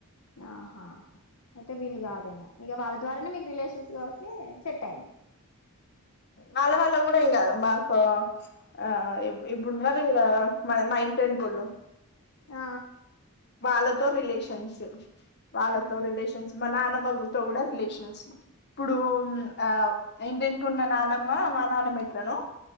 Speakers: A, on the left; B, on the left.
A: ఆహా అయితే వీళ్ళు కాదేమో ఇక వాళ్ళ ద్వారానే మీకు రిలేషన్స్ కాబట్టి సెట్టయింది
B: వాళ్ళ వాళ్ళ కూడా ఏం కాదు మాకు ఆ ఇప్పుడున్నారుగ మా ఇంటి యెనకోళ్ళు
A: ఆ
B: వాళ్ళతో రిలేషన్స్ వాళ్ళతో
A: ఆ
B: రిలేషన్స్ మా నాన్నమగతో కూడా రిలేషన్స్ ఇప్పుడు ఆ ఇంటి యెనకున్న నానమ్మ మా నాన్నమ ఎట్లనో